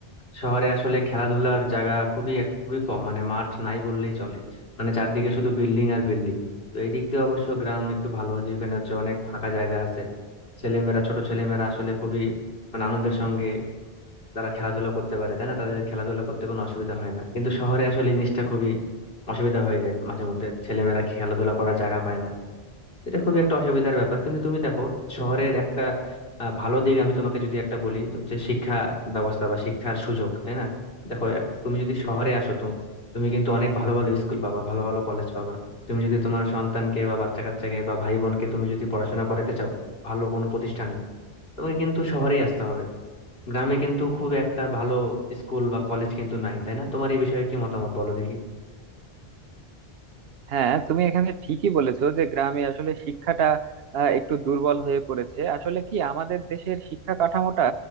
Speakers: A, on the left; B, on the right.
A: শহরে আসলে খেলাধুলার জায়গা খুবই এক- খুবই কম মানে মাঠ নাই বললেই চলে মানে চারদিকে শুধু বিল্ডিং আর বিল্ডিং তো এই দিক দিয়ে অবশ্য গ্রাম একটু ভালো যেখানে হচ্ছে অনেক ফাঁকা জায়গা আছে ছেলেমেয়েরা ছোট ছেলেমেয়েরা আসলে খুবই মানে আনন্দের সঙ্গে তারা খেলাধুলা করতে পারে তাই না তাদের খেলাধুলা করতে কোনো অসুবিধা হয় না কিন্তু শহরে আসলে এই জিনিসটা খুবই অসুবিধা হয়ে যায় মাঝে মধ্যে ছেলেমেয়েরা খেলাধুলা করার জায়গা পায় না এটা খুবই একটা অসুবিধার ব্যাপার কিন্তু তুমি দেখো শহরের একটা আহ, ভালো দিক আমি তোমাকে যদি একটা বলি তো হচ্ছে শিক্ষা ব্যবস্থা বা শিক্ষার সুযোগ তাই না দেখো এক- তুমি যদি শহরে আসো তো তুমি কিন্তু অনেক ভালো ভালো স্কুল পাবা ভালো ভালো কলেজ পাবা তুমি যদি তোমার সন্তানকে বা বাচ্চা কাচ্চাকে বা ভাই বোনকে তুমি যদি পড়াশোনা করাতে চাও ভালো কোনো প্রতিষ্ঠানে তোমাকে কিন্তু শহরেই আসতে হবে গ্রামে কিন্তু খুব একটা ভালো স্কুল বা কলেজ কিন্তু নাই তাই না তোমার এই বিষয়ে কি মতামত বলো দেখি
B: হ্যাঁ তুমি এখানে ঠিকই বলেছো যে গ্রামে আসলে শিক্ষাটা আহ, একটু দুর্বল হয়ে পড়েছে আসলে কি আমাদের দেশের শিক্ষা কাঠামোটা